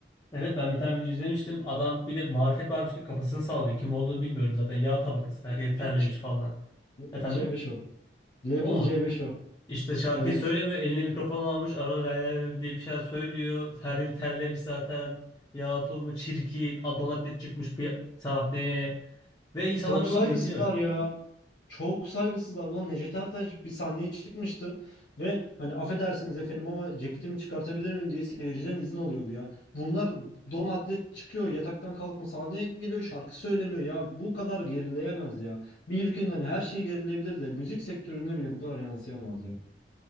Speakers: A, on the left (about 20°); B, on the left (about 55°).
A: Evet ben bir tane video izlemiştim. Adam bir de marifet varmış ki kafasını sallıyor. Kim olduğunu bilmiyorum zaten. Yağ tabakası her
B: Label
A: yer terlemiş
B: C5 o.
A: falan.
B: Label
A: Efendim?
B: C5 o. Label
A: O mu?
B: C5 o.
A: İşte şarkıyı
B: Evet.
A: söylemiyor. Eline mikrofon almış. Arada böyle diye bir şeyler söylüyor. Her yeri terlemiş zaten. Ya tulumu çirkin. Adonatet çıkmış piya- sahneye. Ve insanlar
B: Çok
A: bunu
B: saygısızlar
A: dinliyor.
B: ya. Yani Çok saygısızlar. Ulan Necdet Ertaş bir sahneye çıkmıştı ve hani affedersiniz efendim ama ceketimi çıkartabilir miyim diye seyirciden izin alıyordu ya. Bunlar don atlet çıkıyor, yataktan kalkma sahneye geliyor, şarkı söylemiyor ya. Bu kadar gerileyemez ya. Bir ülkenin hani her şey gerilebilir de müzik sektörüne bile bu kadar yansıyamaz ya.